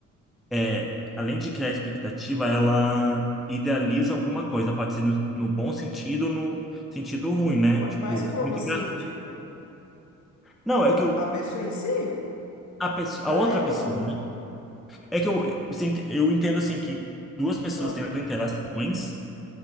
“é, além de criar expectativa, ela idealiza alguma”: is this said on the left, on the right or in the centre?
Centre